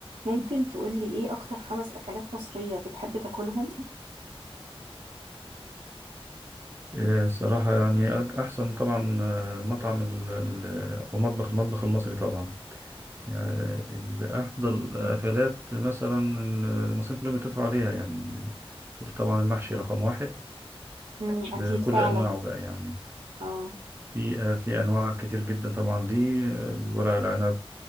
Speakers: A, on the right; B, on the right.
A: ممكن تقولي ايه اكتر خمس اكلات مصرية بتحب تاكلهم؟
B: إيه، الصراحة يعني أك- أحسن طبعا آه، مطعم ال- ال- أو مطبخ المطبخ المصري طبعا يعني ال- أفضل أكلات مثلا المصريين كلهم يتفقوا عليها يعني طبعا المحشي رقم واحد
A: مم، أكيد
B: بكل
A: فعلا
B: أنواعه بقى يعني
A: اه
B: في آه، في أنواع كتير جدا طبعا ليه آه، الورق العنب